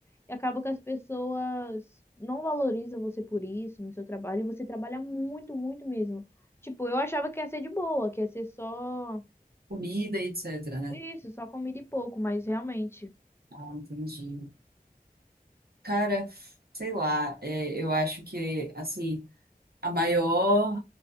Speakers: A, on the left; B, on the right.
A: e acaba que as pessoas não valorizam você por isso no seu trabalho e você trabalha muito, muito mesmo. Tipo, eu achava que ia ser de boa, que ia ser só
B: comida, e etc, né?
A: isso, só comida e pouco, mas realmente,
B: Ah, entendi. Cara, sei lá, é, eu acho que, assim, a maior,